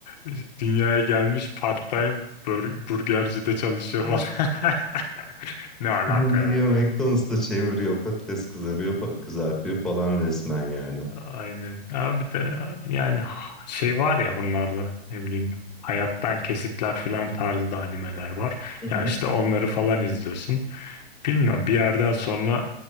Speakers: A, on the left; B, in the centre.
A: e, dünyaya gelmiş part-time bur- burgercide çalışıyor falan.
B: Evet.
A: <laughs> Ne alaka
B: <laughs> Gidiyor
A: ya?
B: McDonald's'ta çeviriyor, patates kızarıyor, fa- kızartıyor falan resmen yani.
A: Aynen. Abi de yani şey var ya bunlarda ne bileyim hayattan kesitler filan tarzda animeler var.
B: Hı
A: Ya
B: hı.
A: işte onları falan izliyorsun. Bilmiyorum bir yerden sonra